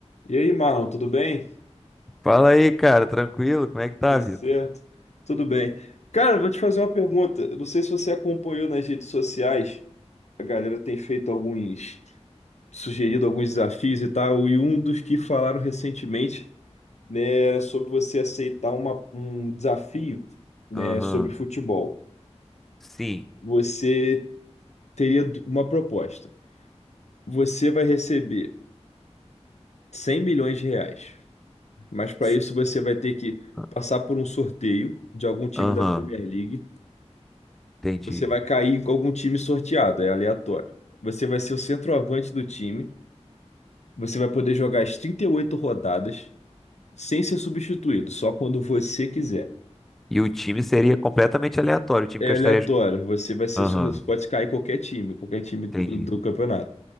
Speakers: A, on the left; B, in the centre.
A: E aí, Marlon, tudo bem?
B: Fala aí, cara, tranquilo? Como é que tá,
A: Tudo
B: Vitor?
A: certo? Tudo bem. Cara, vou te fazer uma pergunta. Eu Não sei se você acompanhou nas redes sociais. A galera tem feito alguns, sugerido alguns desafios e tal. E um dos que falaram recentemente, né, era sobre você aceitar uma- um desafio, né,
B: Aham,
A: sobre futebol.
B: sim.
A: Você teria uma proposta. Você vai receber 100 milhões de reais, mas para
B: S-
A: isso você vai ter que
B: a-
A: passar por um sorteio de algum time
B: Aham,
A: da Premier League
B: entendi.
A: Você vai cair com algum time sorteado, é aleatório. Você vai ser o centroavante do time. Você vai poder jogar as 38 rodadas sem ser substituído, só quando você quiser.
B: E o time seria completamente aleatório, o time
A: É
B: que eu estaria.
A: aleatório.
B: ju-
A: Você vai ser,
B: Aham,
A: su- pode cair qualquer time, qualquer time do,
B: entendi.
A: do campeonato.